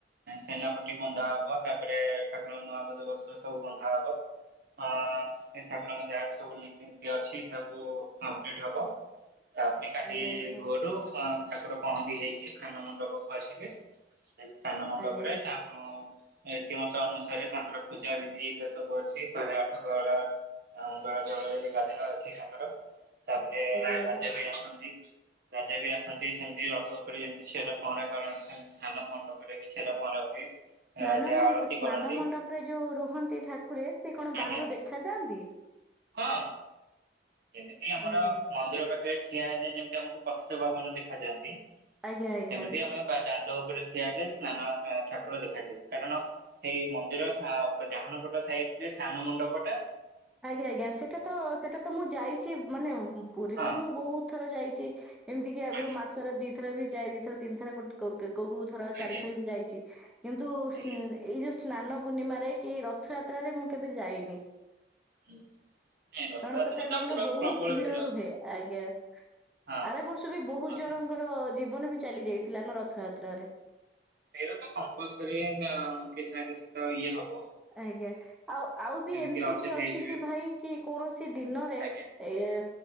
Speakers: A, on the right; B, in the centre.
A: ସେନାପଟି ବନ୍ଧା ହବ ତାପରେ ଠାକୁରଙ୍କ ନୂଆ ବ ବସ୍ତ୍ର ସବୁ ବନ୍ଧା ହବ ଅ ଠାକୁର ଙ୍କ ଯାହା ରୀତିନୀତି ଅଛି ସବୁ କମ୍ପ୍ଲିଟ ହେବ। ତାପରେ କାଲି
B: ଆଜ୍ଞା ଆଜ୍ଞା
A: ଭୋରୁ ପ ଠାକୁର ପହଣ୍ଡି ହେଇକି ସ୍ନାନ ମଣ୍ଡପକୁ ଆସିବେ ସ୍ଥାନ ମଣ୍ଡପରେ
B: ଆଜ୍ଞା
A: ଛାମୁ ରିତିମତ ଅନୁସାରେ ତାଙ୍କର ପୂଜା ବିଧି ସବୁ ଅଛି ଶହେ ଆଠ ଗରା ଗରା ଜଳରେ ବି ଗାଧ ଅଛି ତାଙ୍କର ତାପରେ
B: ଆଜ୍ଞା
A: ରା
B: ଆଜ୍ଞା।
A: ରାଜା ବି ଆସନ୍ତି। ରାଜା ବି ଆସନ୍ତି ସେମିତି ରଥ ଉପରେ ଯେମିତି ଛେରା ପହଁରା କରନ୍ତି ସେମିତି ସ୍ନାନ ମଣ୍ଡପ ବି ଛେରା ପହଁରା ହୁଏ
B: ସ୍ନାନ
A: ରାଜା ଆଳତି
B: ସ୍ନାନ
A: କରନ୍ତି
B: ମଣ୍ଡପରେ ଯୋଉ ରୁହନ୍ତି ଠାକୁର ସେ କଣ
A: ଆଜ୍ଞା
B: ବାହାରୁ ଦେଖାଯାନ୍ତି? ଦି
A: ହଁ ଯେମିତି ଆମର
B: ଆଜ୍ଞା।
A: ମନ୍ଦିର ପାଖରେ ଠିଆ ହେଲେ ଯେମତି ଆମକୁ ପତିତ ପାବନ ଦେଖାଯାଆନ୍ତି
B: ଆଜ୍ଞା ଆଜ୍ଞା
A: ସେମିତି
B: ଆଜ୍ଞା।
A: ଆମେ ବା ଦାଣ୍ଡ ରେ ଠିଆହେବେ ସ୍ନାନ ଠାକୁର ଦେଖାଯିବେ କାରଣ ସେଇ ମନ୍ଦିର ଡାହାଣପଟ ସାଇଟ ସିଏ ସ୍ନାନ ମଣ୍ଡପଟା
B: ଆଜ୍ଞା ଆଜ୍ଞା ସେଟା ତ ସେଇଟା ତ ମୁଁ ଯାଇଛି ମାନେ ପୁରୀ
A: ହଁ
B: ତ ମୁଁ ବହୁତ ଥର ଯାଇଛି ଏମିତିକ ଆଗରୁ
A: ଆଜ୍ଞା
B: ମାସର ଦି ଥର ବି ଯାଇ ଦିଥର ତିନି ଥରେ ଗୋଟେ କୋଉ କୋଉ ଥର
A: ଆଜ୍ଞା
B: ଚାରିଥର ବି ଯାଇଛି କିନ୍ତୁ ସ୍ନୁ
A: ଆଜ୍ଞା
B: ଏଇ ଯୋଉ ସ୍ନାନ ପୂର୍ଣ୍ଣିମାରେ କି ରଥଯାତ୍ରାରେ ମୁଁ କେବେ ଯାଇନି।
A: ହୁଁ। ନାଇଁ ରଥଯାତ୍ରା
B: କାରଣ ସେତେବେଳେ
A: ତ
B: ଟାଇମ୍
A: ପୁରା
B: ରେ ବହୁତ୍
A: ପ୍ରବଳ
B: ଭିଡ ରୁହେ
A: ହୁଏ
B: ଆଜ୍ଞା।
A: ହଁ
B: ଆରବର୍ଷ ବି ବହୁତ୍
A: ରଥ
B: ଜଣଙ୍କର ଜୀବନ ବି ଚାଲି ଯାଇଥିଲା ନା ରଥଯାତ୍ରାରେ।
A: ଏଇଟା ତ କମ୍ପଲସରି କିଛି ନା କିଛି ତ ଇଏ ହ
B: ଆଜ୍ଞା ଆଉ ଆଉ ବି ଏମିତି
A: କିଏ ଅଚେତ
B: କି ଅଛି
A: ହେଇଯିବେ
B: କି ଭାଇ କି କୌଣସି ଦିନରେ
A: ଆଜ୍ଞା।
B: ଏ